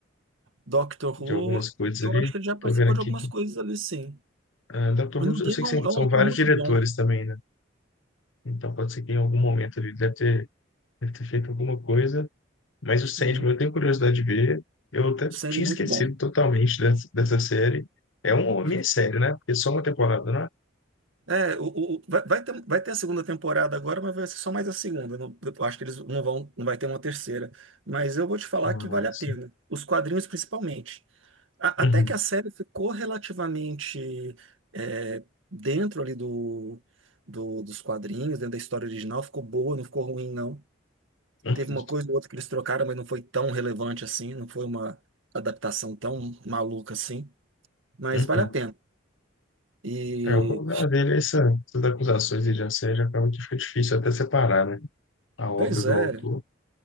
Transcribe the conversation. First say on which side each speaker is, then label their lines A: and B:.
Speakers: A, on the right; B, on the left.
A: Doctor
B: de
A: Who,
B: algumas coisas
A: eu
B: ali.
A: acho que ele já participou
B: Tô vendo aqui
A: de algumas coisas ali, sim.
B: Ah, Dr.
A: O
B: House,
A: Neil Gaiman
B: eu sei que sem-
A: é um
B: são
A: autor
B: vários
A: muito
B: diretores
A: bom.
B: também, né? Então pode ser que em algum momento ele deve ter, deve ter feito alguma coisa. Mas o Sandman
A: Uhum.
B: eu tenho curiosidade de ver. Eu até
A: Sério,
B: tinha
A: muito
B: esquecido
A: bom.
B: totalmente <laughs> dessa, dessa série. É uma minissérie,
A: Uhum.
B: né? Porque é só uma temporada, não é?
A: É, o, o- o- vai, vai ter, vai ter a segunda temporada agora, mas vai ser só mais a segunda. Não- eu acho que eles não vão, não vai ter uma terceira. Mas eu vou te falar
B: Nossa.
A: que vale a pena. Os quadrinhos, principalmente. A-
B: Uhum.
A: até que a série ficou relativamente é, dentro ali do, do- dos quadrinhos, dentro da história original. Ficou boa, não ficou ruim, não.
B: Uhum.
A: Teve uma coisa ou outra que eles trocaram, mas não foi tão relevante assim, não foi uma adaptação tão maluca assim, mas
B: Uhum.
A: vale a pena. E,
B: É, o problema dele é essa, essas acusações de assédio, acaba que fica difícil até separar, né? A obra
A: pois
B: do
A: é,
B: autor.